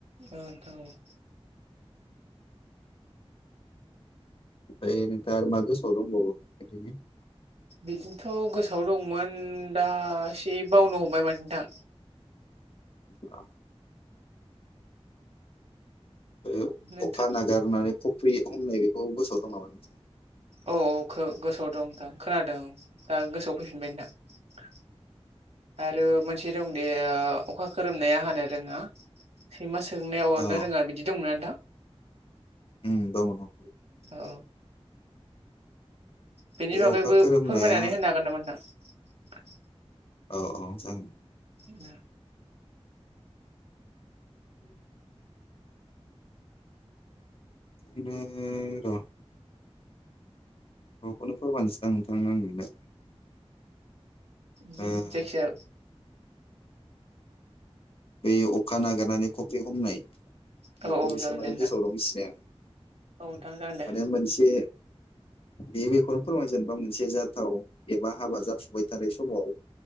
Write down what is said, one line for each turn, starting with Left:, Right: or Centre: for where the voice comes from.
Right: औ नोंथां औ।
Left: ओमफ्राय नोंथांङा आरो मा गोसोआव दंबावो। ओरैनो
Right: बिदिनोथ गोसोआव दंमोन। उम दा एसे बावनो हमबाय माथो नोंथां।
Left: औ। बे
Right: नोंथां
Left: अखा नागारनानै खफ्रि हमनाय बेखौ गोसोआव दं नामा नोंथांङा।
Right: औ औ गोसोआव दं नोंथां खोनादों दा गोसोआव फैफिनबाय नोंथां। आरो मोनसे दंदि अखा खोरोमनाया हानो रोंङा सैमा सों। सोंनायाव अरनो
Left: औ
Right: रोंङा बिदि दंमोना नोंथां।
Left: ओम दंङ दंङ।
Right: औ। बेनि
Left: बे
Right: बागैबो
Left: अखा खोरोमनाया
Right: फोरमायनानै होनो हागोन नामा नोंथां।
Left: औ औ जागोन।
Right: उम।
Left: उम। इदिनो र। गखौनो फोरमायसै दां नोंथां आं नोंनो।
Right: बे
Left: ओ
Right: जखि जाया‌
Left: बै अखा नागिरनानै फख्रि हमनाय। बेखौ
Right: औ औ
Left: एसे
Right: जागोन
Left: माने
Right: दे
Left: गोसोआव
Right: नोंथां
Left: दं <unintelligible>
Right: औ नोंथां जागोन दे
Left: माने मोनसे। बे बेखौनो फोरमायो जेनेबा मोनसे जाथाव एबा हाबा जाफुबाय थानाय समाव।